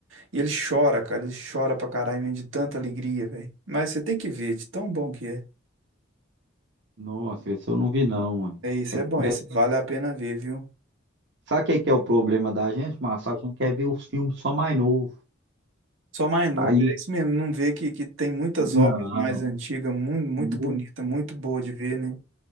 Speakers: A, on the right; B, on the right.
A: e ele chora, cara. Ele chora pra caralho, mesmo, de tanta alegria, velho. Mas você tem que ver, de tão bom que é.
B: Nossa, esse eu não vi não, ué.
A: É isso,
B: É, de-
A: é bom, isso vale a pena ver, viu?
B: Sabe o que que é o problema da gente, Márcio? A gente quer ver os filmes só mais novos.
A: Só mais novo,
B: Aí,
A: é
B: o-
A: isso mesmo. Não vê que, que tem muitas
B: não.
A: obras mais antigas, muito, muito
B: não.
A: bonita, muito boa de ver, né?